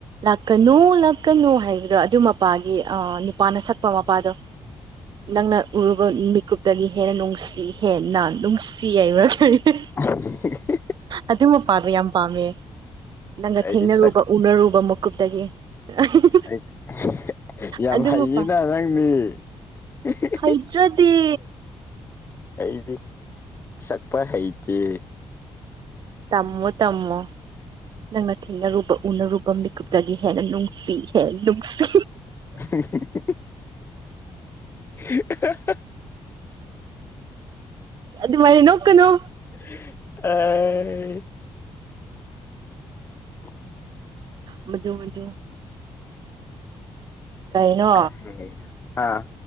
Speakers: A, on the right; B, on the left.
A: ꯂꯥꯛꯀꯅꯨ ꯂꯥꯛꯀꯅꯨ ꯍꯥꯏꯕꯗꯣ ꯑꯗꯨ ꯃꯄꯥꯒꯤ ꯑ ꯅꯨꯄꯥꯅ ꯁꯛꯄ ꯃꯄꯥꯗꯣ ꯅꯪꯅ ꯎꯔꯨꯕ ꯃꯤꯀꯨꯞꯇꯒꯤ ꯍꯦꯟꯅ ꯅꯨꯡꯁꯤ ꯍꯦꯟꯅ ꯅꯨꯡꯁꯤ ꯌꯏꯕ꯭ꯔ <unintelligible>
B: <unintelligible>
A: ꯑꯗꯨ ꯃꯄꯥꯗꯨ ꯌꯥꯝ ꯄꯥꯝꯃꯦ ꯅꯪꯒ
B: ꯑꯩꯗꯤ
A: ꯊꯦꯡꯅꯔꯨꯕ
B: ꯁꯛ
A: ꯎꯅꯔꯨꯕ ꯃꯀꯨꯞꯇꯒꯤ <unintelligible>
B: <unintelligible> ꯌꯥꯝ
A: ꯑꯗꯨ
B: ꯍꯩꯌꯦꯅ
A: ꯃꯄꯥ
B: ꯅꯪꯗꯤ <unintelligible>
A: ꯍꯩꯇ꯭ꯔꯗꯤ
B: ꯑꯩꯗꯤ ꯁꯛꯄ ꯍꯩꯇꯦ
A: ꯇꯝꯃꯣ ꯇꯝꯃꯣ ꯅꯪꯅ ꯊꯦꯡꯅꯔꯨꯕ ꯎꯅꯔꯨꯕ ꯃꯤꯀꯨꯞꯇꯒꯤ ꯍꯦꯟꯅ ꯅꯨꯡꯁꯤ ꯍꯦ ꯅꯨꯡꯁꯤ
B: <unintelligible> <unintelligible>
A: ꯑꯗꯨꯃꯥꯏ ꯅꯣꯛꯀꯅꯣ
B: ꯑꯥ <unintelligible> <inaudible>
A: ꯃꯗꯨ ꯃꯗꯨ ꯀꯩꯅꯣ
B: <unintelligible> ꯑꯥ